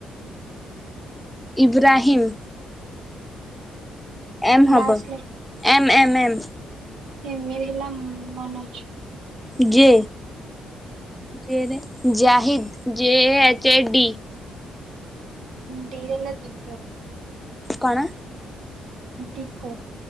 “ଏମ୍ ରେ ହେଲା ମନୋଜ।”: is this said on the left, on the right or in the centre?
Right